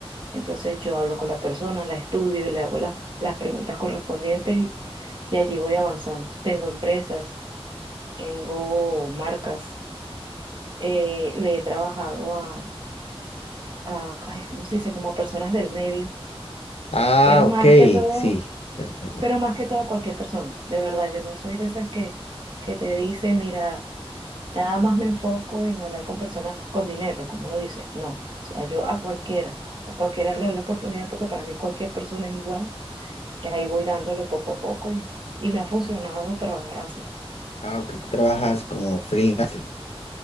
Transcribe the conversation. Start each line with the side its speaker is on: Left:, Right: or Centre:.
Right: Entonces yo hablo con la persona, la estudio, le hago las, las preguntas correspondientes y, y allí voy avanzando. Tengo empresas, tengo marcas, eh, le he trabajado a, a, ay, ¿cómo se dice? Como a personas del medio,
Left: Ah,
Right: pero más
Left: ok,
Right: que todo,
Left: sí, ya te entiendo.
Right: pero más que todo a cualquier persona. De verdad, yo no soy de esas que, que te dice, mira. Nada más me enfoco en hablar con personas con dinero, como uno dice. No, o sea, yo a cualquiera, a cualquiera le doy la oportunidad porque para mí cualquier persona es igual y ahí voy dándole poco a poco y, y me ha funcionado trabajar así.
Left: Ah, ok, tú trabajas como freelance.